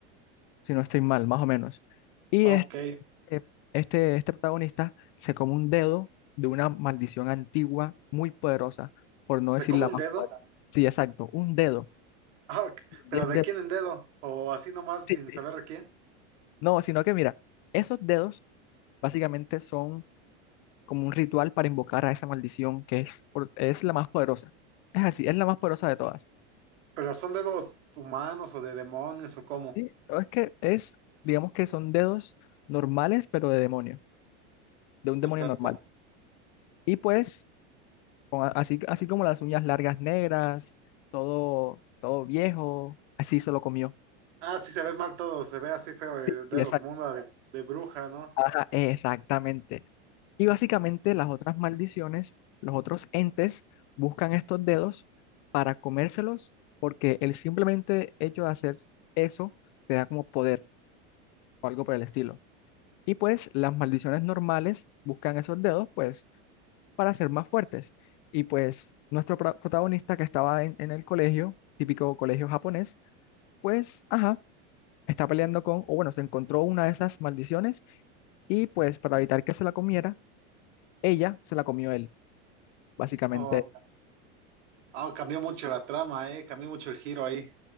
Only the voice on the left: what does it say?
si no estoy mal, más o menos. Y
este,
este, este protagonista se come un dedo de una maldición antigua muy poderosa, por no decir
la más
poderosa. Sí, exacto, un dedo,
diez
dedos.
Sí,
sí.
No, sino que mira, esos dedos básicamente son como un ritual para invocar a esa maldición que es, por- es la más poderosa. Es así, es la más poderosa de todas.
Sí, pero es que es, digamos que son dedos normales, pero de demonio, de un
demonio normal. Y pues, con a- así, así como las uñas largas negras, todo, todo viejo, así se lo comió.
Sí,
sí,
Ajá, exactamente. Y básicamente las otras maldiciones, los otros entes buscan estos dedos para comérselos porque el simplemente hecho de hacer eso te da como poder o algo por el estilo. Y pues las maldiciones normales buscan esos dedos pues para ser más fuertes. Y pues nuestro pro- protagonista que estaba en, en el colegio, típico colegio japonés, pues ajá, está peleando con, o bueno, se encontró una de esas maldiciones y pues para evitar que se la comiera ella se la comió él, básicamente.
<laughs>